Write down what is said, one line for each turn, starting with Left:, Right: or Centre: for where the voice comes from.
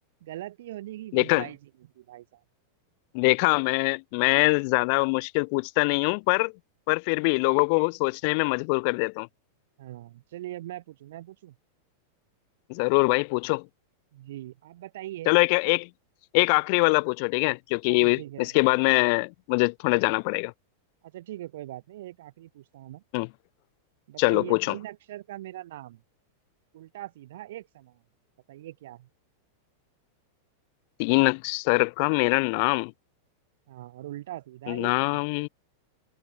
Right: गलती होने की गुंजाइश
Left: देखा
Right: ही नहीं थी भाई साहब
Left: देखा मैं मैं ज्यादा मुश्किल पूछता नहीं हूँ पर पर फिर भी लोगों को सोचने में मजबूर कर देता हूँ
Right: हाँ चलिए अब मैं पूछूं मैं पूछूं
Left: जरूर भाई पूछो
Right: जी आप बताइए
Left: चलो एक एक एक आखिरी वाला पूछो ठीक है क्योंकि
Right: अच्छा ठीक है
Left: इसके बाद मैं मुझे थोड़ा जाना पड़ेगा
Right: अच्छा ठीक है कोई बात नहीं एक आखिरी पूछता हूँ मैं
Left: हम्म
Right: बताइए
Left: चलो पूछो
Right: तीन अक्षर का मेरा नाम उल्टा सीधा एक समान बताइए क्या है
Left: तीन अक्षर का मेरा नाम
Right: हाँ और उल्टा सीधा एक
Left: नाम
Right: समान